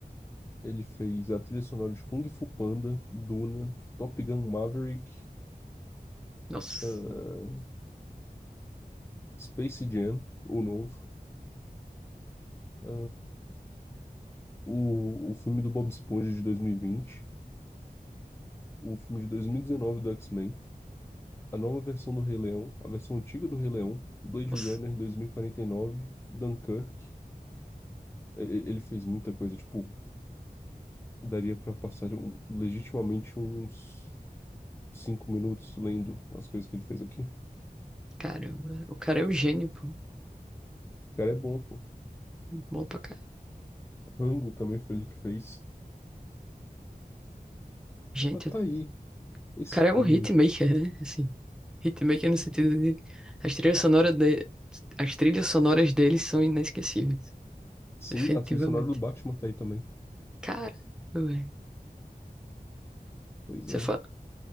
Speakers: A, on the left (about 15°); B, in the centre.
A: Ele fez a trilha sonora de Kung Fu Panda, Duna, Top Gun Maverick
B: Nossa,
A: ah, Space Jam, o novo, ah, o, o filme do Bob Esponja de 2020, o filme de 2019 do X-Men, a nova versão do Rei Leão, a versão antiga do Rei Leão, Blade
B: nossa,
A: Runner 2049, Dunkirk. E- e- Ele fez muita coisa, tipo, daria pra passar um- legitimamente uns cinco minutos lendo as coisas que ele fez aqui. O
B: caramba. O cara é um gênio, pô.
A: cara é bom, pô.
B: Bom pra cá.
A: Rango também foi ele que fez.
B: Gente,
A: Mas tá
B: o
A: aí, esse
B: cara é
A: filme.
B: um hitmaker, né? Assim, hitmaker no sentido de... As trilhas sonoras de... As trilhas sonoras dele são inesquecíveis.
A: Sim,
B: Definitivamente.
A: a trilha sonora do Batman tá aí também.
B: cara velho.
A: Pois
B: Você
A: é.
B: fa...